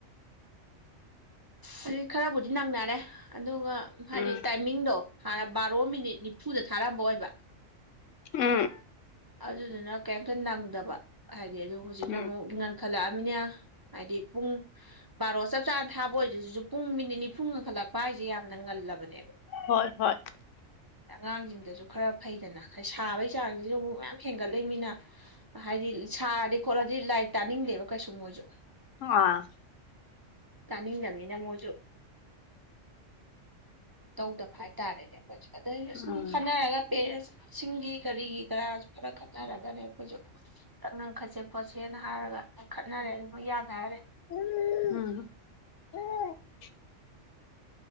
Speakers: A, on the right; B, on the left.
A: ꯑꯗꯨꯗꯤ ꯈꯔꯕꯨꯗꯤ ꯅꯪꯅꯔꯦ꯫ ꯑꯗꯨꯒ ꯍꯥꯏꯗꯤ
B: ꯎꯝ
A: ꯇꯥꯏꯃꯤꯡꯗꯣ ꯍꯥꯟꯅ ꯕꯥꯔꯣ ꯃꯤꯅꯤꯠ ꯅꯤꯐꯨꯗ ꯊꯥꯔꯝꯕ ꯑꯣꯏꯕ꯫
B: ꯎꯝ꯫
A: ꯑꯗꯨꯗꯨꯅ ꯀꯩꯝꯇ ꯅꯪꯗꯕ ꯍꯥꯏꯗꯤ ꯑꯗꯨ ꯍꯧꯖꯤꯛꯅ
B: ꯎꯝ
A: ꯑꯃꯨꯛ꯫ ꯈꯠ ꯂꯛꯑꯝꯃꯤꯅ ꯍꯥꯏꯗꯤ ꯄꯨꯡ꯫ ꯕꯥꯔꯣ ꯆꯞ ꯆꯥꯅ ꯊꯥꯕ ꯑꯣꯏꯗꯨꯁꯨ ꯄꯨꯡ ꯃꯤꯅꯤꯠ ꯅꯤꯐꯨ ꯉꯟꯈꯠꯂꯛꯄ ꯍꯥꯏꯁꯦ ꯌꯥꯝꯅ ꯉꯜꯂꯕꯅꯦꯕ꯫
B: ꯍꯣꯏ ꯍꯣꯏ꯫
A: ꯑꯉꯥꯡꯁꯤꯡꯗꯁꯨ ꯈꯔ ꯐꯩꯗꯅ ꯁꯥꯕꯩ ꯆꯥꯡꯁꯤꯗꯕꯨ ꯑꯃꯨꯛ꯫ ꯍꯦꯟꯒꯠꯂꯛ ꯃꯤꯅ ꯍꯥꯏꯗꯤ ꯁꯥꯔꯗꯤ ꯈꯣꯠꯂꯗꯤ ꯂꯥꯏꯔꯤꯛ ꯇꯥꯅꯤꯡꯗꯦꯕ ꯀꯩꯁꯨ ꯃꯣꯏꯁꯨ꯫
B: <unintelligible>
A: ꯇꯥꯅꯤꯡꯗꯝꯅꯤꯅ ꯃꯣꯏꯁꯨ ꯎꯝ꯫ ꯇꯧꯗꯕ ꯍꯥꯏꯇꯥꯔꯦꯅꯦ ꯑꯩꯈꯣꯏꯁꯨ ꯑꯗꯩ
B: ꯎꯝ
A: ꯁꯨꯝ ꯈꯅꯔꯒ ꯄꯦꯔꯦꯟꯁꯁꯤꯡꯒꯤ ꯀꯔꯤꯒꯤ ꯀꯔꯥ꯫ ꯈꯔ ꯈꯠꯅꯔꯒꯅꯦ ꯑꯈꯣꯏꯁꯨ꯫ ꯉꯪꯈꯠꯁꯦ ꯈꯣꯠꯁꯦꯅ ꯍꯥꯏꯔꯒ ꯉꯪꯈꯠꯅꯔꯦ ꯑꯗꯨꯝ ꯌꯥꯅꯔꯦ꯫
B: <unintelligible>